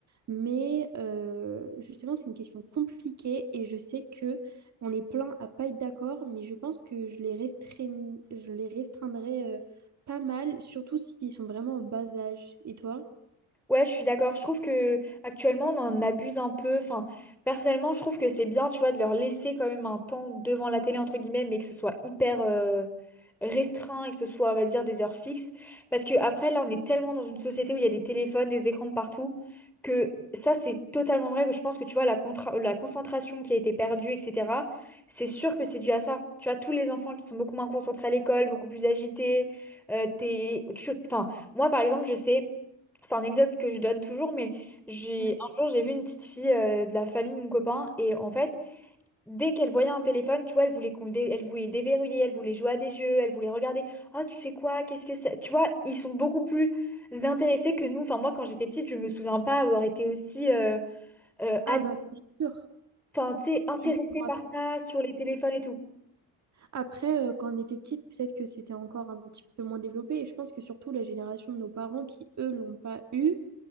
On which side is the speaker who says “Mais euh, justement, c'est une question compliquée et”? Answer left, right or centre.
Right